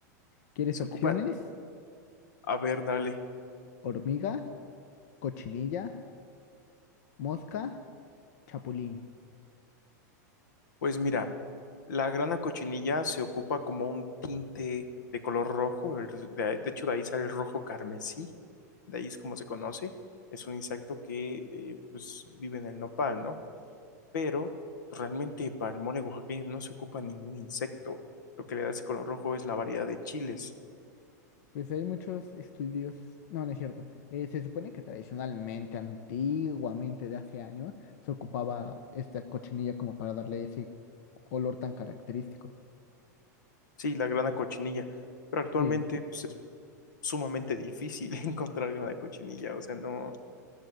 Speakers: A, on the left; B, on the left.
A: ¿Quieres
B: Se
A: opciones?
B: ocupan. A ver, dale.
A: Hormiga, cochinilla, mosca, chapulín.
B: Pues mira, la grana cochinilla se ocupa como un tinte de color rojo. el- de, de hecho, de ahí sale el rojo carmesí. De ahí es como se conoce. Es un insecto que eh, pues vive en el nopal, ¿no? Pero pues, realmente para el mole oaxaqueño no se ocupa ningún insecto. Lo que le da ese color rojo es la variedad de chiles.
A: Pues hay muchos estudios, no, no es cierto. Eh, se supone que tradicionalmente, antiguamente, de hace años, se ocupaba esta cochinilla como para darle ese color tan característico.
B: Sí, la grana cochinilla, pero actualmente
A: Sí.
B: pues, es sumamente difícil <laughs> encontrar grana cochinilla, o sea, no,